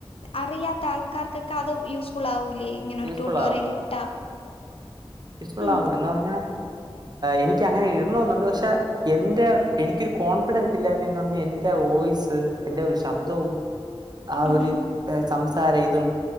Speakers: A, on the left; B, on the right.
A: അറിയാത്ത ആൾക്കാർക്കൊക്കെ അത് യൂസ്ഫുൾ ആക ഇങ്ങനെ ഒരു
B: യൂസ്ഫുൾ
A: ട്യൂട്ടോറിയൽ ഇട്ടാ
B: ഉസ്ഫുൾ
A: ഉം
B: ആവും എന്ന് പറഞ്ഞ എനിക്ക് അങ്ങനെ ഇടണെന്നുണ്ട് പക്ഷെ എന്റെ എനിക്കൊരു കോൺഫിഡൻസ് ഇല്ലായ്മന്ന് പറഞ്ഞാ എന്റെറെ ഓയിസ് എന്റെ ഒരു ശബ്ദവും ആ
A: ഉം
B: ഒരു
A: ഉം
B: സം താര ഇതും